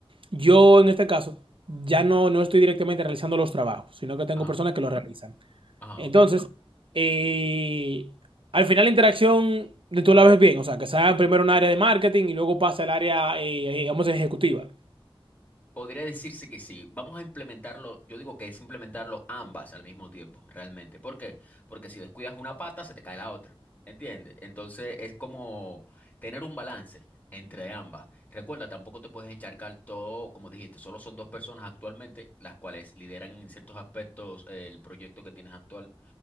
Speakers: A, on the right; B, on the left.
A: yo, en este caso, ya no, no estoy directamente realizando los trabajos, sino que tengo
B: ajá,
A: personas que los realizan.
B: ajá.
A: Entonces, eh, al final la interacción, tú la ves bien, o sea, que sea primero un área de marketing y luego pasa al área, eh, eh, vamos, ejecutiva.
B: Podría decirse que sí. Vamos a implementarlo, yo digo que es implementarlo ambas al mismo tiempo, realmente. ¿Por qué? Porque si descuidas una pata, se te cae la otra. ¿Entiendes? Entonces es como tener un balance entre ambas. Recuerda, tampoco te puedes encharcar todo, como dijiste, solo son dos personas actualmente las cuales lideran en ciertos aspectos eh, el proyecto que tienes actual